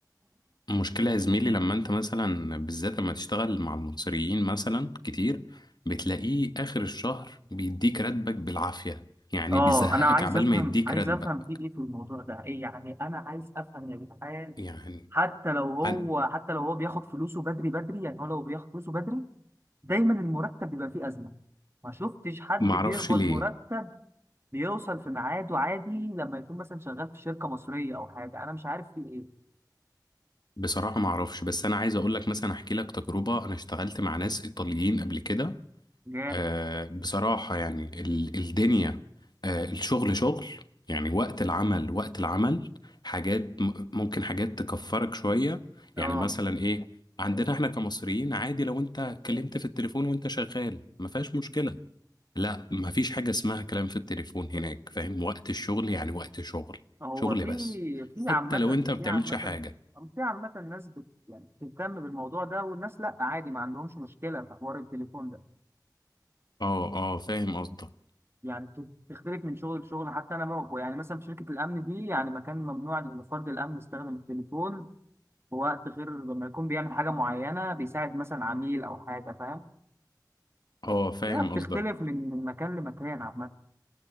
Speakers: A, on the left; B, on the right.
A: المشكلة يا زميلي لما انت مثلا بالذات لما تشتغل مع المصريين مثلا كتير بتلاقيه آخر الشهر بيديك راتبك بالعافية يعني
B: اه
A: بيزهقك
B: انا عايز
A: عبال
B: افهم
A: ما يديك
B: عايز
A: راتبك
B: افهم في ايه في الموضوع ده ايه يعني انا عايز افهم يا جدعان
A: يعني
B: حتى لو هو
A: أنا
B: حتى لو هو بياخد فلوسه بدري بدري يعني هو لو بياخد فلوسه بدري دايما المرتب بيبقى فيه ازمه ما شفتش حد
A: معرفش
B: بيقبض
A: ليه
B: مرتب بيوصل في ميعاده عادي لما يكون مثلا شغال في شركه مصريه او حاجه انا مش عارف في ايه
A: بصراحة معرفش بس أنا عايز أقول لك مثلا أحكي لك تجربة أنا اشتغلت مع ناس إيطاليين قبل كده
B: جا
A: آه، بصراحة يعني ال- الدنيا آه، الشغل شغل يعني وقت العمل وقت العمل حاجات م- ممكن حاجات تكفرك شوية
B: اه
A: يعني مثلا ايه عندنا احنا كمصريين عادي لو انت اتكلمت في التليفون وانت شغال ما فيهاش مشكلة لا ما فيش حاجة اسمها كلام في التليفون هناك فاهم وقت الشغل يعني وقت شغل
B: هو
A: شغل
B: في
A: بس
B: في
A: حتى
B: عامه
A: لو انت ما بتعملش
B: في عامه
A: حاجة
B: في عامه ناس بت يعني بتهتم بالموضوع ده والناس لا عادي ما عندهمش مشكله في حوار التليفون ده
A: اه اه فاهم قصدك
B: يعني بت- بتختلف من شغل لشغل حتى انا موقع يعني مثلا في شركه الامن دي يعني مكان ممنوع لفرد الامن يستخدم التليفون في وقت غير لما يكون بيعمل حاجه معينه بيساعد مثلا عميل او حاجه فاهم
A: اه فاهم
B: هي
A: قصدك
B: بتختلف من من مكان لمكان عامه